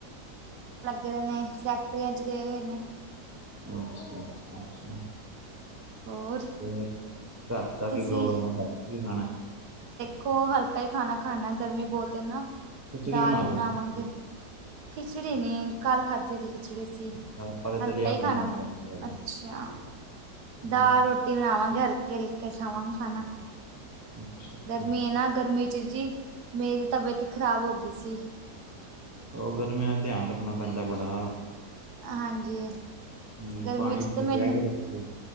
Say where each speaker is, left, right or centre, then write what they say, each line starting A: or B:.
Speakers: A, on the right (about 70°); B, on the right (about 20°).
A: ਲੱਗੇ ਦੇ ਨੇ ਫੈਕਟਰੀਆਂ ਚ ਗਏ ਹੋਏ ਨੇ।
B: ਅੱਛਾ ਅੱਛਾ ਅੱਛਾ
A: ਹੋਰ
B: ਫਿਰ? ਘਰ ਦਾ
A: ਤੁਸੀਂ
B: ਕੀ ਪ੍ਰੋਗਰਾਮ ਹੈ ਕੀ ਬਣਾਉਣਾ।
A: ਖੋ ਹਲਕਾ ਹੀ ਖਾਣਾ ਖਾਣਾ ਗਰਮੀ ਬਹੁਤ ਏ ਨਾ
B: ਖਿਚੜੀ
A: ਦਾਲ
B: ਬਣਾ
A: ਹੀ
B: ਲਓ
A: ਬਣਾਵਾਂਗੇ।
B: ਫਿਰ ਤੁਸੀਂ,
A: ਖਿਚੜੀ ਨੀ ਕੱਲ ਖਾਧੀ ਸੀ। ਖਿਚੜੀ ਸੀ
B: ਆਪਾਂ ਤੇ
A: ਹਲਕਾ
B: ਦਲੀਆ
A: ਹੀ ਖਾਣਾ ਬਣਾਉਣਾ
B: ਰਾਤੀ ਅੱਜ।
A: ਅੱਛਾ।
B: ਹੂੰ,
A: ਦਾਲ ਰੋਟੀ ਬਣਾਵਾਂਗੇ ਹਰ ਮਿਲ ਕੇ ਖਾਵਾਂਗੇ ਖਾਣਾ
B: ਅੱਛਾ ਅੱਛਾ,
A: ਗਰਮੀ ਹੈ ਨਾ ਗਰਮੀ ਜੀ ਮੇਰੀ ਤਬੀਅਤ ਹੀ ਖਰਾਬ ਹੋ ਗਈ ਸੀ।
B: ਉਹ ਗਰਮੀਆਂ ਦਾ ਧਿਆਨ ਰੱਖਣਾ ਪੈਂਦਾ ਬੜਾ।
A: ਹਾਂਜੀ
B: ਹੂੰ,
A: ਗਰਮੀ
B: ਪਾਣੀ
A: ਚ
B: ਪੂਣੀ
A: ਤੇ ਮੈਨੂੰ
B: ਪਿਆ ਕਰੋ ਤੁਸੀਂ